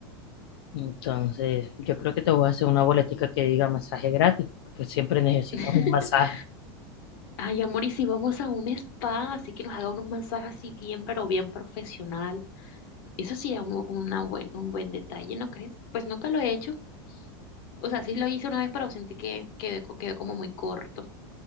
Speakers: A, on the left (about 80°); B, on the left (about 60°).
A: entonces yo creo que te voy a hacer una boletica que diga masaje gratis, pues siempre necesitas
B: <laughs>
A: un masaje.
B: Ay, amor, y si vamos a un spa, así que nos haga un masaje así bien, pero bien profesional. Eso sí es un, una buen, un buen detalle, ¿no crees? Pues nunca lo he hecho. O sea, sí lo hice una vez, pero sentí que quedé, co- quedó como muy corto.